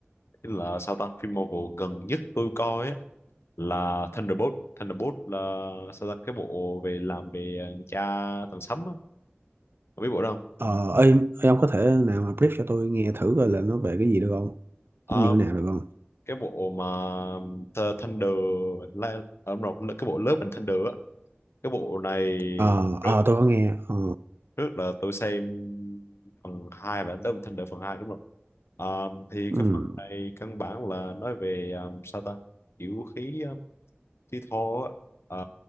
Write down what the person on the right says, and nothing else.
Ờ, ơi ơi ông có thể nào mà brief cho tôi nghe thử coi là nó về cái gì được không?
Nó như thế nào được không?
Ờ,
ờ tôi có nghe. Ờ,
ừ,